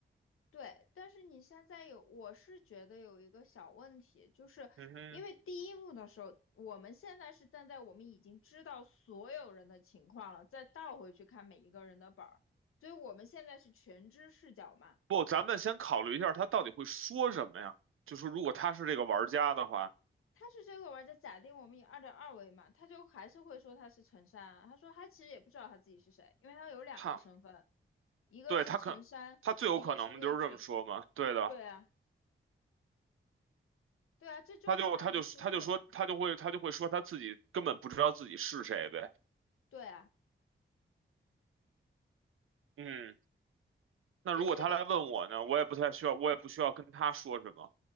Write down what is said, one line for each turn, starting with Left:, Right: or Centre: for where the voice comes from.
Left: 对，但是你现在有，我是觉得有一个小问题，就是因为第一幕的时候，
Right: 嗯哼，
Left: 我们现在是站在我们已经知道所有人的情况了，再倒回去看每一个人的本儿，所以我们现在是全知视角嘛。
Right: 不，咱们先考虑一下他到底会说什么呀？就是如果他是这个玩家的话，
Left: 他是这个玩家假定我们以二点二为嘛，他就还是会说他是陈山。他说他其实也不知道他自己是谁，因为他有两个身份，
Right: 他
Left: 一个是陈山，
Right: 对他可他最有可能就是这么说嘛。
Left: 一个是微俊。
Right: 对的，
Left: 对啊，对啊，这就是他能说的呀。
Right: 他就他就他就说他就会他就会说他自己根本不知道自己是谁呗。
Left: 对啊，
Right: 嗯，那如果他来问我呢，
Left: 这是一个，
Right: 我也不太需要，我也不需要跟他说什么。